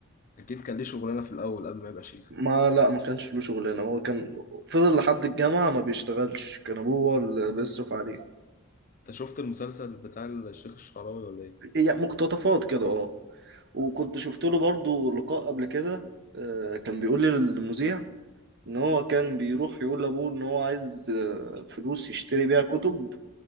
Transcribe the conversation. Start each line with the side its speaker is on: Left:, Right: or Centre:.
Left: اكيد كان ليه شغلانه في الاول قبل ما يبقى شيخ
Right: ما لا ما كانش له شغلانه هو كان فضل لحد الجامعه ما بيشتغلش كان ابوه هو اللي بيصرف عليه
Left: انت شفت المسلسل بتاع الشيخ الشعراوي ولا ايه
Right: يعني مقتطفات كده اه وكنت شفت له برضو لقاء قبل كده آه، كان بيقول لي للمذيع ان هو كان بيروح يقول لابوه ان هو عايز آه، فلوس يشتري بيها كتب